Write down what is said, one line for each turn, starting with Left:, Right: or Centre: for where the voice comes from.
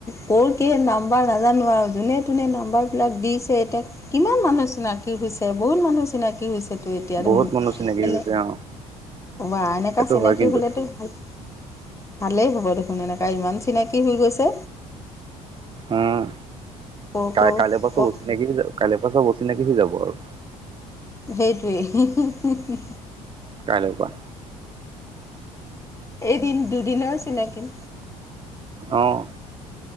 Left: ক'ৰ কি নাম্বাৰ নাজানো আৰু যোনে তোনে নাম্বাৰবিলাক দিছে এতিয়া কিমান মানুহ চিনাকি হৈছে বহুত মানুহ চিনাকি হৈছে। এইটো এতিয়া ধৰ
Right: বহুত মানুহ চিনাকি হৈ
Left: এনে
Right: গৈছে অ
Left: ওৱা এনেকুৱা
Right: সেইটো
Left: চিনাকি
Right: হয় কিন্তু
Left: হ'লেতো ভালেই ভালেই হ'ব দেখোন এনেকুৱা ইমান চিনাকি হৈ গৈছে
Right: উম
Left: কৰ
Right: কাই
Left: কৰ
Right: কাইলৈ পৰা চব
Left: কৰ
Right: অচিনাকি হৈ কাইলৈ পৰা অচিনাকি হৈ যাব আৰু
Left: সেইটোৱেই হি হি হি
Right: কাইলৈ পৰা
Left: এদিন দুদিনৰ চিনাকি
Right: অহ